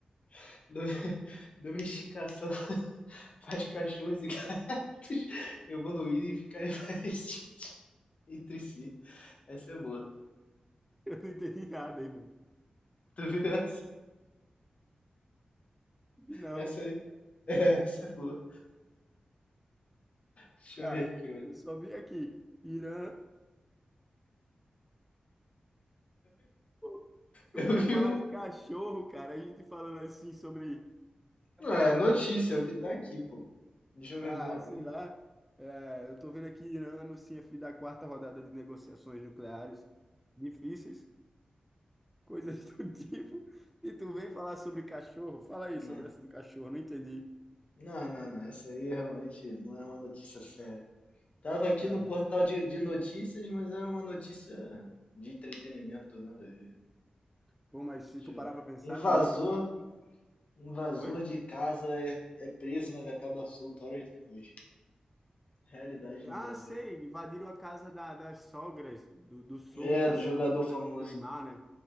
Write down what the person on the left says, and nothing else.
<laughs> dom- Domesticação faz cachorros e gatos evoluírem e ficarem <laughs> parecidos entre si. Essa é boa.
Tu viu essa?
Essa aí? <laughs> É, essa é boa. Deixa
eu ver aqui outra.
Eu
vi
uma.
Não, é notícia, é o que tá aqui, pô. Deixa eu ver
uma.
Não,
não, não, não. Essa aí realmente não é uma notícia séria. Tava aqui
no portal de, de notícias, mas era uma notícia de entretenimento, nada a ver.
Deixa
eu
ver.
Invasor,
invasor
de casa é, é preso, mas acaba solto horas depois. Realidade no
Brasil.
É,
do
jogador famoso.